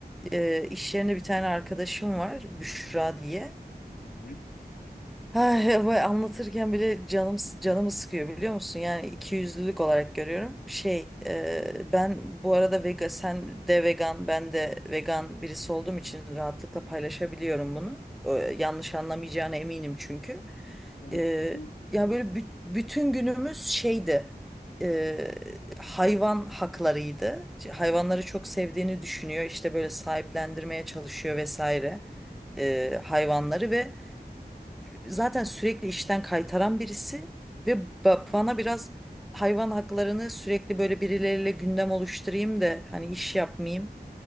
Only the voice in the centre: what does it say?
e, iş yerinde bir tane arkadaşım var, Büşra diye.
Ay, bu anlatırken bile canım canımı sıkıyor biliyor musun? Yani ikiyüzlülük olarak görüyorum. Şey, e, ben bu arada vegan sen de vegan, ben de vegan birisi olduğum için rahatlıkla paylaşabiliyorum bunu. E, yanlış anlamayacağına eminim çünkü.
E,
ya böyle bü- bütün günümüz şeydi. e, hayvan haklarıydı. Hayvanları çok sevdiğini düşünüyor. İşte böyle sahiplendirmeye çalışıyor vesaire. e, hayvanları ve zaten sürekli işten kaytaran birisi ve ba- bana biraz hayvan haklarını sürekli böyle birileriyle gündem oluşturayım da hani iş yapmayayım,